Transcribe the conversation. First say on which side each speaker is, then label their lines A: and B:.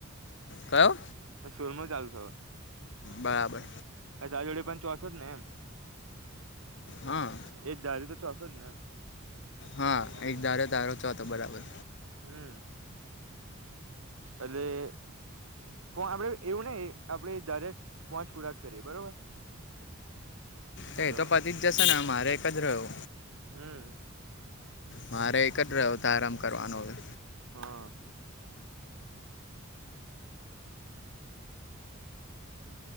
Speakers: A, on the left; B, on the right.
A: કયો
B: સોલમો ચાલુ થયો
A: બરાબર
B: તા જોડે પણ- - ચોથો ને એમ
A: હા
B: એક ધારી તો ચોથો જ ને એમ?
A: હા
B: રાજાની
A: એક ધારો
B: હ- -
A: તારો ચોથો બરાબર
B: હમ અને- - પણ આપડે એવું નહી આપડે ધરે પોંચ પુરા કરીએ બરોબર.
A: એ
B: હલો
A: તો પતિ જ જશે ને મારે એક જ રહ્યો?
B: હમ.
A: મારે એક જ રહ્યો ત આરામ કરવાનો હવે.
B: હા